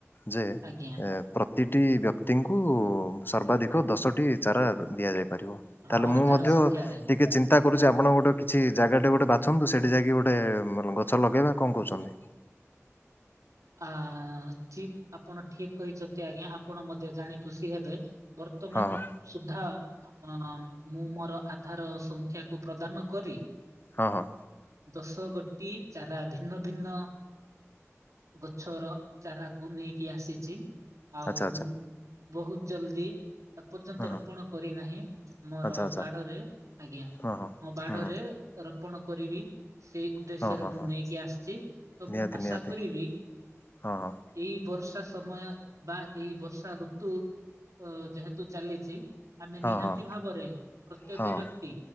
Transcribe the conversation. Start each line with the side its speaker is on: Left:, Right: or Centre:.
Left: ଯେ
Right: ଆଜ୍ଞା
Left: ପ୍ର ପ୍ରତିଟି ବ୍ୟକ୍ତିଙ୍କୁ ସର୍ବାଧିକ ଦଶଟି ଚାରା ଦିଆଯାଏ। ପାରିବ
Right: ହଁ
Left: ତାହେଲେ ମୁଁ
Right: ଆଧାର
Left: ମଧ୍ୟ
Right: ସଂଖ୍ୟାରେ
Left: ଟିକେ ଚିନ୍ତା କରୁଛି ଆପଣ ଗୋଟେ କିଛି ଜାଗାଟେ ଗୋଟେ ବାଛନ୍ତୁ ସେଇଠି ଯାଇକି ଗୋଟେ ଉଁ ଗଛ ଲଗେଇବା କଣ କହୁଛନ୍ତି?
Right: ଆଁ ଠିକ ଆପଣ ଠିକ କହିଛନ୍ତି ଆଜ୍ଞା ଆପଣ ମଧ୍ୟ ଜାଣି ଖୁସି ହେବେ ବର୍ତ୍ତମାନ
Left: ହଁ ହଁ
Right: ସୁଦ୍ଧା <unintelligible> ମୁଁ ମୋର ଆଧାର ସଂଖ୍ୟାକୁ ପ୍ରଦାନ କରି
Left: ହଁ ହଁ।
Right: ଦଶ ଗୋଟି ଚାରା ଭିନ୍ନ ଭିନ୍ନ ଗଛର ଚାରାକୁ ନେଇକି ଆସିଛି ଆଉ
Left: ଆଚ୍ଛା ଆଚ୍ଛା
Right: ମୁଁ ବହୁତ ଜଲ୍ଦି ଏପର୍ଯ୍ୟନ୍ତ
Left: ହଁ ହଁ
Right: ରୋପଣ କରିନାହିଁ ମୋର
Left: ଆଚ୍ଛା ଆଚ୍ଛା
Right: ବାଡ଼ରେ ଆଜ୍ଞା
Left: ହଁ ହଁ।
Right: ମୋ ବାଡ଼ରେ
Left: ହଁ ହଁ
Right: ର ରୋପୋଣ କରିବି ସେଇ ଉଦ୍ଦେଶ୍ୟରେ
Left: ହଁ ହଁ
Right: ମୁଁ
Left: ହଁ
Right: ନେଇକି ଆସିଛି ତ
Left: ନିହାତି
Right: ମୁଁ ଆଶା
Left: ନିହାତି
Right: କରିବି
Left: ହଁ ହଁ
Right: ଏଇ ବର୍ ବର୍ଷା ସମୟ ବା ଏଇ ବର୍ଷା ଋତୁ ଅଁ ଯେହେତୁ ଚାଲିଚି ଆମେ
Left: ହଁ
Right: ନିହାତି
Left: ହଁ।
Right: ଭାବରେ ପ୍ରତ୍ୟେକ
Left: ହଁ
Right: ବ୍ୟକ୍ତି